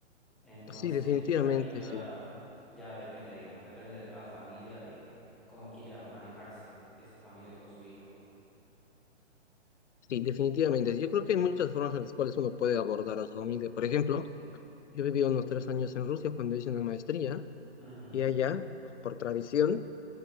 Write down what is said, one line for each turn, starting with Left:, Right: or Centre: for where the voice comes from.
Centre: Entonces,
Left: sí, definitivamente,
Centre: ahí ya,
Left: sí.
Centre: ya depende, digamos, depende de cada familia, de cómo quiera manejarse esa familia con su hijo.
Left: Sí, definitivamente. Yo creo que hay muchas formas en las cuales uno puede abordar a su familia. Por ejemplo,
Centre: Sí.
Left: yo viví unos tres años en Rusia cuando hice una maestría
Centre: Ujú,
Left: y allá, por tradición,